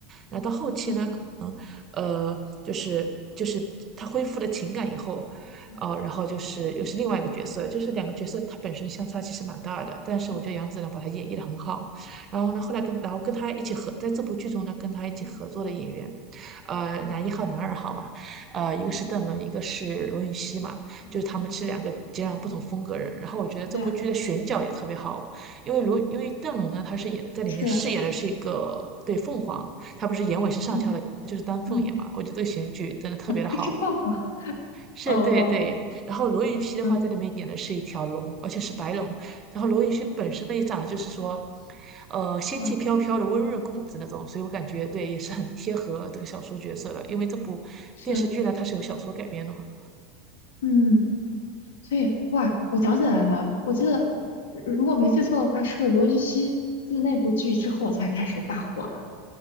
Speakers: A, on the right; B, on the left.
A: 然后到后期呢，
B: 嗯
A: 可能呃，就是就是她恢复了情感以后。
B: 嗯
A: 哦，然后就是又是另外一个角色，就是两个角色它本身相差其实蛮大的，但是我觉得杨紫呢把它演绎的很好。然后呢，后来跟然后跟他一起合在这部剧中呢，跟他一起合作的演员，
B: 嗯
A: 呃，男一号、男二号嘛，呃，一个是邓伦，一个是罗云熙嘛，
B: 嗯，
A: 就是他们是两个截然不同风格人。然后我觉得这部剧的选角也特别好，
B: 嗯，对啊，
A: 因为罗因为邓伦呢，他是演在里面饰演的是一个对凤凰，
B: 是，
A: 我也是上翘的，
B: 嗯
A: 就是丹凤眼嘛，
B: 嗯，
A: 我觉得这个选举真的特别的好。
B: <laughs> 还是凤凰。
A: 是，
B: 哦哦，
A: 对对。然后罗云熙的话，
B: 嗯，
A: 在里面演的是一条龙，而且是白龙。然后罗云熙本身呢，也长得就是说，呃，仙气飘飘的温润公子那种，
B: 哇，
A: 所以我感觉对，也是很贴合这个小说角色的。因为这部电视剧呢，
B: 是，
A: 它是由小说改编的嘛。
B: 嗯，所以哇，我想起来了，我记得如果没记错的话，是不是罗云熙自那部剧之后才开始大火的？